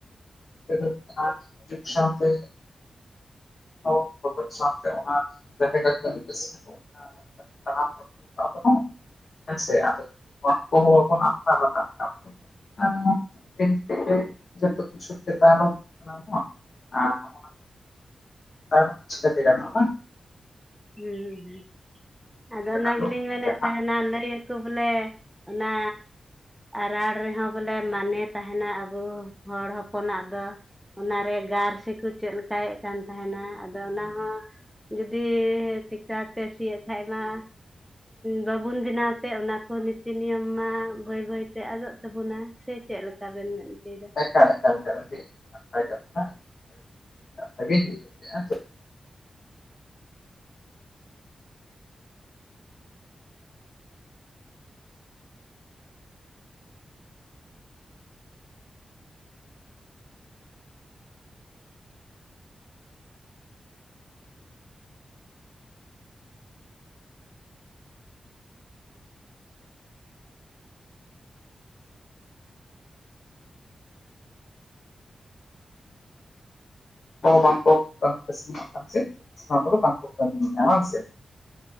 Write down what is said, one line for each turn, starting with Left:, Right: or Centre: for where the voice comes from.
Left: <unintelligible> ᱢᱤᱫ ᱥᱟᱶᱛᱮ ᱟᱲᱜᱚᱢ ᱚᱪᱚᱜ ᱥᱟᱣᱛᱮ ᱚᱱᱟ ᱫᱷᱟᱨᱮ <unintelligible> <unintelligible> <unintelligible> ᱟᱨ <unintelligible> ᱫᱤᱱ ᱛᱮᱜᱮ ᱡᱷᱚᱛᱚ ᱠᱤᱪᱷᱩ ᱪᱮᱛᱟᱱ <unintelligible> ᱠᱟᱱᱟ <unintelligible> ᱟᱨ ᱱᱚᱜ ᱚᱭ ᱱᱟ <unintelligible> ᱪᱤᱠᱟᱹ ᱛᱮ ᱜᱟᱱᱚᱜᱼᱟ ᱵᱟᱝ
Centre: ᱦᱩᱸ ᱦᱩᱸ ᱦᱩᱸ ᱟᱫᱚ
Left: ᱦᱳᱭ
Centre: ᱚᱱᱟ ᱜᱮᱞᱤᱧ ᱢᱮᱱᱮᱫ
Left: ᱡᱟᱦᱟᱸ
Centre: ᱛᱟᱦᱮᱱᱟ ᱞᱟᱹᱭ ᱟᱠᱚ ᱵᱚᱞᱮ ᱚᱱᱟ ᱟᱨᱟᱲ ᱨᱮᱦᱚᱸ ᱵᱚᱞᱮ ᱢᱟᱱᱮ ᱛᱟᱦᱮᱱᱟ ᱟᱵᱚ ᱦᱚᱲ ᱦᱚᱯᱚᱱᱟᱜ ᱫᱚ ᱚᱱᱟᱨᱮ ᱜᱟᱨ ᱥᱮᱠᱚ ᱪᱮᱫ ᱞᱮᱠᱟᱭᱮᱫ ᱠᱟᱱ ᱛᱟᱦᱮᱱᱟ ᱟᱫᱚ ᱚᱱᱟ ᱦᱚᱸ ᱫᱤᱭᱮ ᱴᱮᱠᱴᱟᱨ ᱛᱮ ᱥᱤᱭᱮᱫ ᱠᱷᱟᱡ ᱢᱟ ᱵᱟᱵᱩᱱ ᱵᱮᱱᱟᱣ ᱛᱮ ᱚᱱᱟᱠᱚ ᱱᱤᱛᱤ ᱱᱤᱭᱚᱢ ᱢᱟ ᱵᱟᱹᱭ ᱵᱟᱹᱭ ᱛᱮ ᱟᱫᱚᱜ ᱥᱟ. ᱜᱩᱱᱟ ᱥᱮ ᱪᱮᱫ ᱞᱮᱠᱟ ᱵᱤᱱ ᱢᱮᱱ ᱚᱪᱚᱭᱮᱫᱟ᱾
Left: ᱮᱠᱟᱞ ᱮᱠᱟᱞ ᱮᱠᱟᱞ ᱟᱹᱰᱤ ᱱᱟᱯᱟᱭ ᱠᱟᱛᱷᱟ <unintelligible> ᱵᱷᱟᱹᱜᱤᱧ ᱵᱩᱡᱷᱟᱹᱣ ᱠᱮᱫᱼᱟ ᱠᱚ ᱵᱟᱝᱠᱚ ᱠᱟᱹᱢᱤ ᱠᱟᱹᱥᱱᱤᱭᱮᱫ ᱠᱟᱱ ᱛᱮ ᱚᱱᱟ ᱠᱚᱫᱚ ᱵᱟᱝᱠᱚ ᱠᱟᱹᱢᱤᱭᱮᱫᱼᱟ ᱵᱟᱝ ᱥᱮ